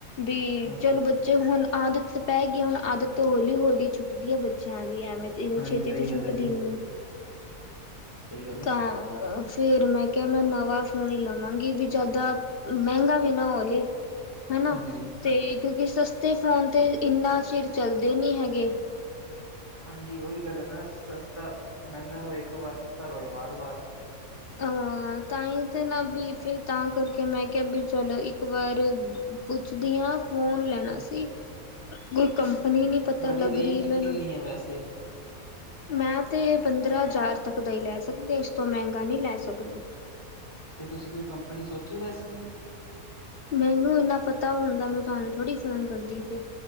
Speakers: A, on the left (about 45°); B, on the left (about 20°).
A: ਬੀ
B: ਹਾਂਜੀ
A: ਚਲੋ ਬ ਜੇ ਹੁਨ ਆਦਤ ਪੈ ਗਈ ਹੁਨ ਆਦਤ ਹੌਲੀ ਹੌਲੀ ਛੁਟਦੀ ਹੈ ਬੱਚਿਆਂ ਦੀ ਐਵੇ।
B: ਹਾਂਜੀ
A: ਛੇਤੀ
B: ਸਹੀ
A: ਤੇ ਛੁੱਟਦੀ
B: ਗੱਲ ਹੈ ਜੀ
A: ਨਹੀਂ
B: ਸਹੀ ਗੱਲ
A: ਤਾਂ
B: ਹੈ
A: ਫੇਰ ਮੈਂ ਕਿਹਾ ਮੈਂ ਨਵਾਂ ਫੋਨ ਹੀ ਲਵਾਂਗੀ ਵੀ ਜੈਦਾ ਮਹਿੰਗਾ ਵੀ ਨਾ ਹੋਏ। ਹਨਾ
B: ਹਾਂਜੀ
A: ਤੇ ਕਿਉਂਕਿ ਸਸਤੇ ਫੋਨ ਤੇ ਇੰਨਾ ਚਿਰ ਚੱਲਦੇ ਨੀ ਹੈਗੇ।
B: ਹਾਂਜੀ ਓਹੀ ਗੱਲ ਏ ਨਾ ਸਸਤਾ ਮਹਿੰਗਾ ਰੋਏ ਇੱਕ ਵਾਰ ਸਸਤਾ ਰੋਏ ਵਾਰ ਵਾਰ।
A: ਹਾਂ ਤਾਂ ਹੀ ਤੇ ਨਾ ਵੀ ਫਿਰ ਤਾਂ ਕਰਕੇ ਮੈਂ ਕਿਹਾ ਵੀ ਚਲੋ ਇੱਕ ਵਾਰ ਪੁੱਛਦੀ ਆਂ ਫੋਨ ਲੈਣਾ
B: ਹਾਂਜੀ
A: ਸੀ ਕੋਈ ਕੰਪਨੀ ਨੀ ਪਤਾ
B: ਤੁਹਾਡੀ
A: ਲੱਗ
B: ਰੇਂਜ
A: ਰੀ ਮੈਨੂੰ।
B: ਕਿੰਨੀ ਹੈ ਵੈਸੇ
A: ਮੈਂ ਤੇ ਪੰਦਰਾਂ ਹਜ਼ਾਰ ਤੱਕ ਦਾ ਈ ਲੈ ਸਕਦੀ ਇਸ ਤੋਂ ਮਹਿੰਗਾ ਨਹੀ ਲੈ ਸਕਦੀ।
B: ਤੇ ਤੁਸੀਂ ਕੋਈ ਕੰਪਨੀ ਸੋਚੀ ਵੈਸੇ?
A: ਮੈਨੂੰ ਏਨਾ ਪਤਾ ਹੁੰਦਾ, ਮੈਂ ਤੁਆਨੂੰ ਥੋੜੀ ਫੋਨ ਕਰਦੀ ਫੇਰ।